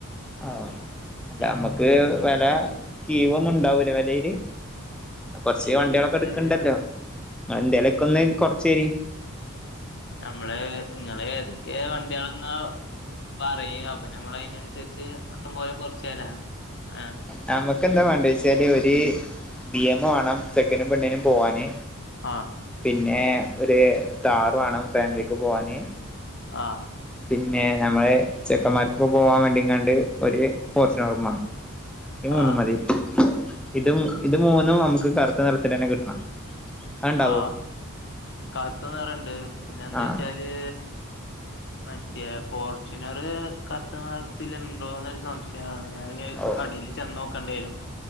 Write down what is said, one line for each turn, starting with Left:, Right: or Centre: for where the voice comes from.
Centre: ആഹ് അല്ല
Left: ഉം
Centre: നമ്മക്ക് വില കീവ് ഒന്നും ഉണ്ടാവുല്ലെ വിലയില്? കൊറച്ച്
Left: വെലേത്
Centre: വണ്ടികളൊക്കെ എടുക്കണ്ടല്ലോ എന്തെലൊക്കെ ഒന്ന് കൊറച്ചേരി
Left: നമ്മള് നിങ്ങള് ഏതൊക്കെ വണ്ടിയാളെന്നാ പറയ് അപ്പൊ നമ്മൾ അതിനനുസരിച്ച് ച്ച് അപ്പം കൊയേ കുറച്ച് തരാം ആഹ്
Centre: നമുക്കെന്താ വേണ്ട വെച്ചാല് ഒരു ബി എമ്മ് വേണം ചെക്കനും പെണ്ണിനും പോവാന്.
Left: ആഹ്
Centre: പിന്നെ ഒരു താർ വേണം ഫാമിലിക്ക് പോവാന്
Left: ആഹ്
Centre: പിന്നെ നമ്മളെ ചെക്കന്മാർക്കൊക്കെ പോവാൻ വേണ്ടിങ്ങാണ്ട് ഒരു ഫോർച്യുണർ മേണം. ഇത് മൂന്നും
Left: ആഹ്
Centre: മതി. ഇത് ഇത് മൂന്നും നമുക്ക് കറുത്ത് നിറത്തില് തന്നെ കിട്ടണം. അത്ണ്ടാവോ
Left: ആഹ് കറുത്ത നിറംണ്ട് പിന്നെ എന്ത്‌
Centre: ആഹ്
Left: വെച്ചാല് മറ്റേ ഫോർച്യുനറ് കറുത്ത നിറ ത്തില്ലുണ്ടോന്നൊരു സംശയം ഞൻ ഞാന്
Centre: ഓ
Left: കടേല് ചെന്ന് നോക്കണ്ടേനു